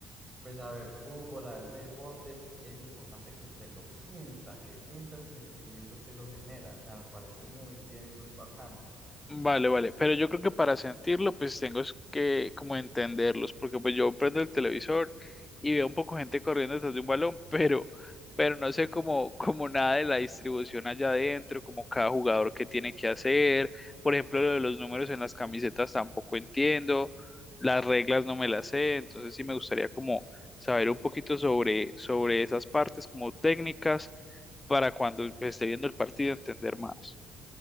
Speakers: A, on the right; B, on the left.
A: pues a ver fútbol, a ver deportes, es importante que usted lo sienta, que sienta el sentimiento que eso genera. O sea, me parece muy bien y muy bacano.
B: Vale, vale, pero yo creo que para sentirlo, pues tengo es que como entenderlos, porque pues yo prendo el televisor y veo un poco gente corriendo detrás de un balón, <laughs> pero, pero no sé como, como nada de la distribución allá adentro, como cada jugador que tiene que hacer, por ejemplo, lo de los números en las camisetas tampoco entiendo, las reglas no me las sé, entonces sí me gustaría como saber un poquito sobre, sobre esas partes como técnicas para cuando pues, esté viendo el partido entender más.